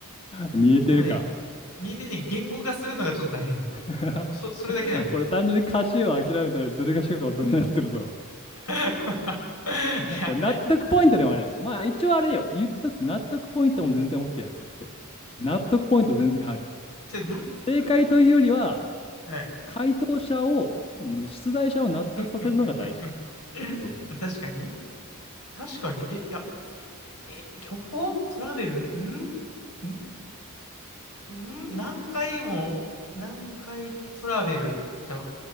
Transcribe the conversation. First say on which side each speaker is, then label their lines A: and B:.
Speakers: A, on the left; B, on the left.
A: 見えてるか。
B: もうね、見えてんねんけど言語化するのがちょっと大変ねん。
A: <laughs>
B: もうそ、それだけだよね。
A: これ単純に歌詞を諦めたらずる賢く大人になってるぞ。
B: <laughs> いや、
A: これ納得ポイントでもあれだから。まあ一応あれよ。言っとくと納得ポイントも全然 OK だから。そう。納得ポイント全然あり。
B: ちょ、納得。
A: 正解というよりは、
B: はい。
A: 回答者を、うん出題者を納得させるのが大事。
B: <laughs> 確かにね。
A: そうそう
B: 確かに。え、いや、え、旅行トラベルんんん何回も何回トラベルじゃう